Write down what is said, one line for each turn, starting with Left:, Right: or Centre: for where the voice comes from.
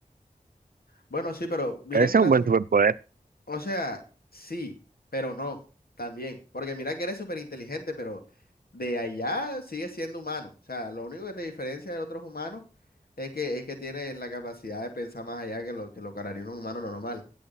Left: Bueno, sí, pero mira
Right: Ese es
Left: que
Right: un
Left: las
Right: buen superpoder.
Left: O sea, sí, pero no, también. Porque mira que eres súper inteligente, pero de allá sigues siendo humano. O sea, lo único que te diferencia de otros humanos es que, es que tienes la capacidad de pensar más allá que lo que lo que haría un humano normal.